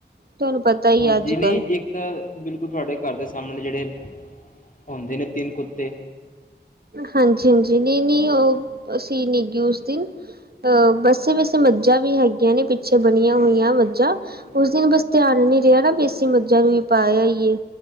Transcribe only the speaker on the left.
ਹਾਂ
ਜਿਨ
ਇੱਕ ਤਾਂ ਬਿਲਕੁਲ ਤੁਹਾਡੇ ਘਰ ਦੇ ਸਾਹਮਣੇ ਜਿਹੜੇ ਹੁੰਦੇ ਨੇ ਤਿੰਨ ਕੁੱਤੇ।
ਹਾਂ
ਹਾਂ
ਹਾਂਜੀ